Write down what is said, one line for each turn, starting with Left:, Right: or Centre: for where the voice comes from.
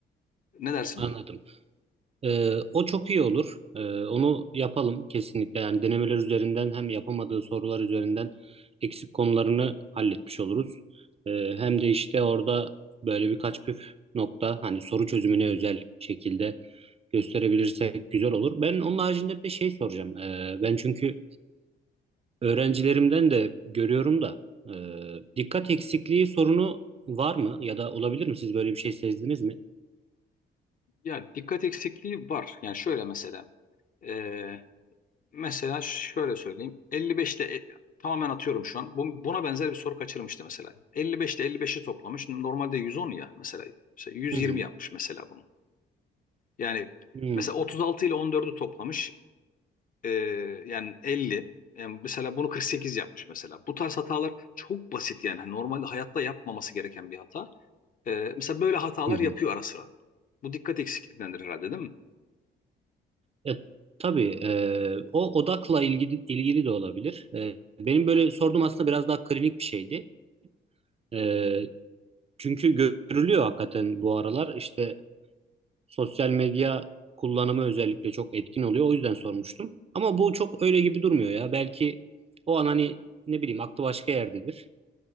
Left: ne dersin?
Right: Anladım. Ee, o çok iyi olur. Ee, onu yapalım kesinlikle. Yani denemeler üzerinden hem yapamadığı sorular üzerinden eksik konularını halletmiş oluruz. Ee, hem de işte orada böyle birkaç püf nokta hani soru çözümüne özel şekilde gösterebilirsek güzel olur. Ben onun haricinde bir şey soracağım. Ee, ben çünkü Öğrencilerimden de görüyorum da e, dikkat eksikliği sorunu var mı ya da olabilir mi? Siz böyle bir şey sezdiniz mi?
Left: Ya dikkat eksikliği var. Yani şöyle mesela. e, mesela şöyle söyleyeyim. 55'te e, tamamen atıyorum şu an. Bu- buna benzer bir soru kaçırmıştı mesela. 55'te 55'i toplamış. Normalde 110 ya mesela. Mesela 120
Right: Hı hı.
Left: yapmış mesela bunu. Yani
Right: Hı hı.
Left: mesela 36 ile 14'ü toplamış. E, yani 50. Yani mesela bunu 48 yapmış mesela. Bu tarz hatalar çok basit yani. Hani Normalde hayatta yapmaması gereken bir hata. E, mesela böyle hatalar
Right: Hı hı.
Left: yapıyor ara sıra. Bu dikkat eksikliğindendir herhalde değil mi?
Right: Ya, tabii e, o odakla ilgili ilgili de olabilir. E, benim böyle sorduğum aslında biraz daha klinik bir şeydi. E, çünkü görülüyor hakikaten bu aralar işte sosyal medya kullanımı özellikle çok etkin oluyor. O yüzden sormuştum. Ama bu çok öyle gibi durmuyor ya. Belki o an hani ne bileyim aklı başka yerdedir.